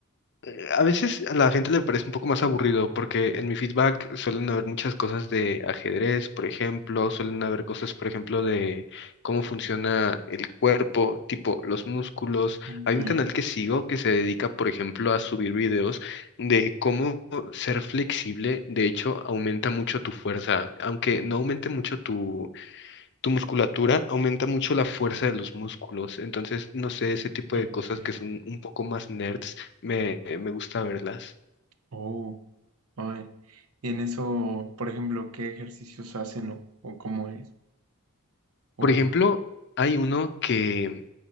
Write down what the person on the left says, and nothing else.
eh, A veces a la gente le parece un poco más aburrido porque en mi feedback suelen haber muchas cosas de ajedrez, por ejemplo, suelen haber cosas, por ejemplo, de cómo funciona el cuerpo, tipo los músculos.
Hay un canal que sigo que se dedica, por ejemplo, a subir videos de cómo ser flexible. De hecho, aumenta mucho tu fuerza, aunque no aumente mucho tu tu musculatura aumenta mucho la fuerza de los músculos. Entonces, no sé, ese tipo
de cosas que son un poco más nerds, me, me gusta verlas.
Por ejemplo, hay uno que